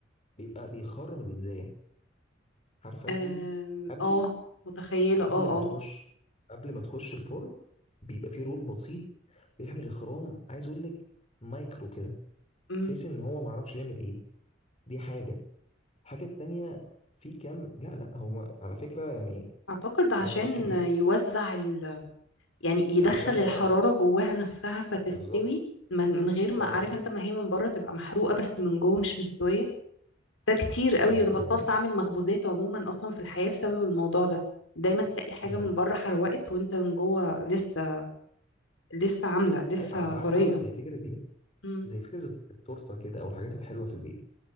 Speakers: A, on the left (about 35°); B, on the left (about 85°).
A: بيبقى بيخرم البيتزاية عارفة
B: أم،
A: انت قبل
B: اه متخيلة
A: قبل
B: اه
A: ما تخش
B: اه
A: قبل ما تخش الفرن بيبقى فيه رول بسيط بيعمل الخرام عايز اقول لك مايكرو كده
B: امم
A: بحيث ان هو ما عرفش يعمل ايه دي حاجة الحاجة التانية في كام لا لا هو على فكرة يعني
B: اعتقد عشان
A: الحوار كبير
B: يوزع ال... يعني يدخل
A: عشان
B: الحرارة
A: اه
B: جواها نفسها فتستوي
A: بالظبط
B: من من غير ما
A: طبعا
B: عارف انت ما هي من بره تبقى محروقة بس من جوه مش مستوية ده كتير قوي
A: أم،
B: انا بطلت
A: يعني
B: اعمل مخبوزات عموما اصلا في الحياة بسبب الموضوع ده دايما تلاقي الحاجة
A: أم.
B: من بره حروقت وانت من جوه لسه لسه عاملة لسه
A: عارفة
B: طرية
A: عاملة زي فكرة ايه
B: مم.
A: زي فكرة التورتة كده او الحاجات الحلوة في البيت